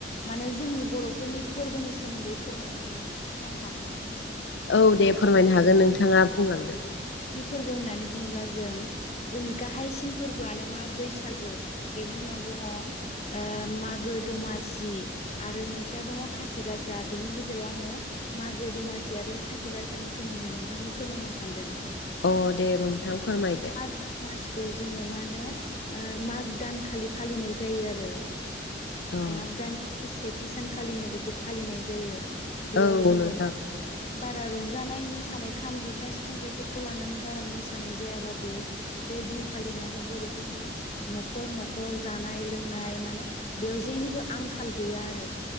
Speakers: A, on the left; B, on the left.
A: माने जोंनि बर'फोरनि फोरबोनि सोमोन्दै फोरमायनो थांदों फोरमायनो हागोन ना नोंथां
B: औ दे फोरमायनो हागोन नोंथाङा बुंलांदो
A: नि फोरबो होननानै बुङोब्ला जों जोंनि गाहायसिन फोरबोआनो मा बैसागु बेनि उनाव लग मागु दामासि आरो मोनसे दङ खाथि गासा बिनि गेजेराव आङो मागो दमासि आरो खाथि गासानि सोमोन्दै नोंथांनो फोरमायनो सानदों
B: अ दे नोंथां फोरमायदो
A: मागो दमासिखौ जोङो मा होनो माग दानखालि फालिनाय जायो आरो
B: अ
A: माग दाननि सेथि सानखालिनो बेखौ फालिनाय जायो। बेयाव
B: औ
A: जोङो
B: नोंथां
A: बारा रं जानाय मोसानाय खाम जथा सिफुं बेफोरखौ लानानै बारा मोसानाय जायाबाबो बे दिनखालि बर'फोरनि न'खर न'खर जानाय लोंनाय मानो बेयाव जेनिबो आंखाल गैया आरो